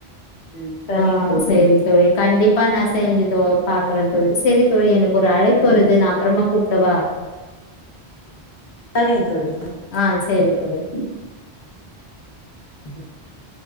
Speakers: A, on the left; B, on the left.
A: ம் சரிங்க
B: ஆ
A: தோழி
B: செரி தோழி கண்டிப்பா நா செஞ்சு தோ பாக்குறே தோழி சரி தோழி எனக்கு ஒரு அழைப்பு வருது நா அப்புறமா கூப்பிடவா
A: சரிங் தோழி
B: ஆ சேரி தோழி
A: <inaudible>